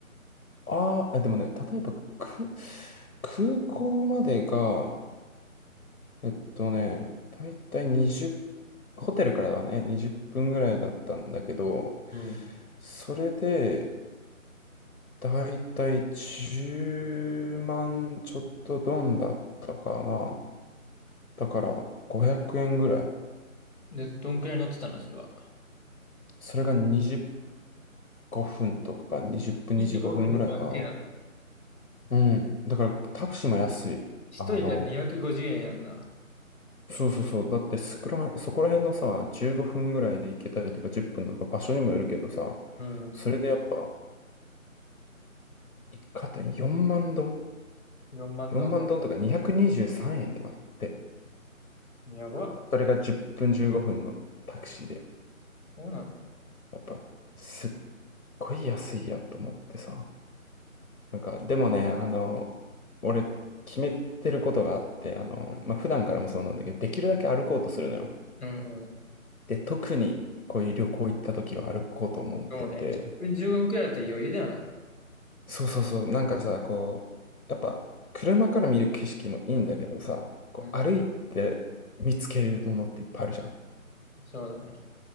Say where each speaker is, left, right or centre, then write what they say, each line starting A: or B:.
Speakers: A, on the left; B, on the left.
A: あーあ、でもね、例えば、く、空港までが、えっとね、だいたい20、ホテルからはね、20分ぐらいだったんだけど、
B: うん。
A: それで、だいたい10万ちょっとドンだったかな。だから500円ぐらい。
B: これで、どんくらい乗ってたのそれは。
A: それが25分とか20分、
B: 25分で500円なの。
A: 25分ぐらいかな。うん。だからタクシーも安い。
B: 一人じゃ250円やんな。
A: あの、そうそうそう。だってそこら、そこら辺のさ、15分ぐらいで行けたりとか10分とか場所にもよるけどさ、
B: うん。
A: それでやっぱ一肩4万丼
B: 4万ドン。
A: ?4 万丼とか223円とかだって。
B: やば。
A: それが10分15分のタクシーで。
B: そうなの。
A: やっぱ、すっごい安いやと思ってさ。なんか、でもね、あの、俺、決めてることがあって、あの、
B: うん。
A: まあ、普段からもそうなんだけど、できるだけ歩こうとするのよ。
B: うん。うん
A: で、特にこういう旅行行った時は歩こうと思ってて、
B: そうね。1分、15分くらいだったら余裕だよな。
A: そうそうそう、なんかさ、こう、やっぱ、車から見る景色もいいんだけどさ、こう歩いて見つけるものっていっぱいあるじゃん。
B: うん。そうだね。